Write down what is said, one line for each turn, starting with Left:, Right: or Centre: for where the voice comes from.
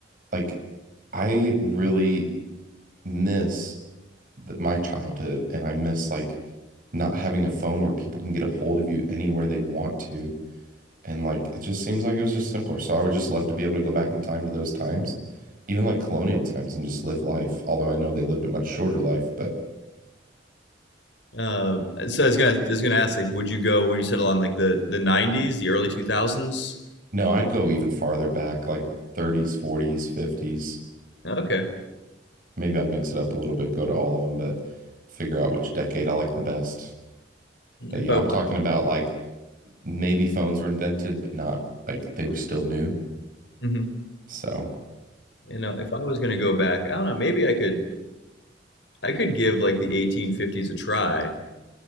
Right: like I really miss th- my childhood, and I miss like not having a phone where people can get a hold of you anywhere they want to. And like it just seems like it was just simpler. So I would just love to be able to go back in time to those times, even like colonial times, and just live life. Although I know they lived a much shorter life, but
Left: Uh, so I was gonna I was gonna ask like, would you go? Would you settle on like the the '90s, the early 2000s?
Right: no, I'd go even farther back, like 30s, 40s, 50s.
Left: Okay,
Right: Maybe I'd mix it up a little bit, go to all of them, but figure out which decade I like the best.
Left: if
Right: But yeah,
Left: I was,
Right: I'm talking about like maybe phones were invented, but not like they were still new.
Left: mhm.
Right: So.
Left: you know, if I was gonna go back, I don't know, maybe I could I could give like the 1850s a try.